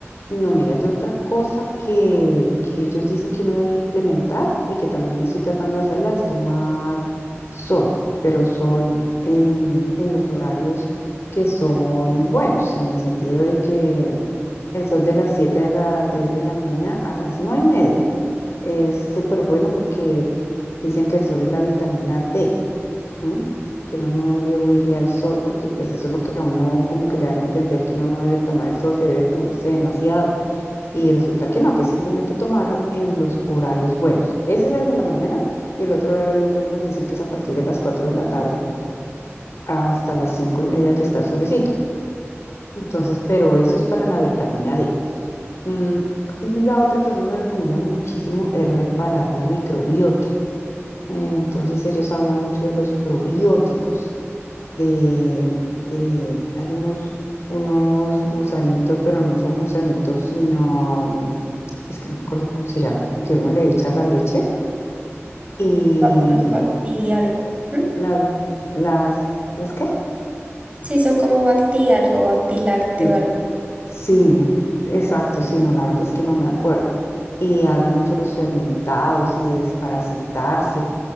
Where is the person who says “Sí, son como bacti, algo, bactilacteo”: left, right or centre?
Right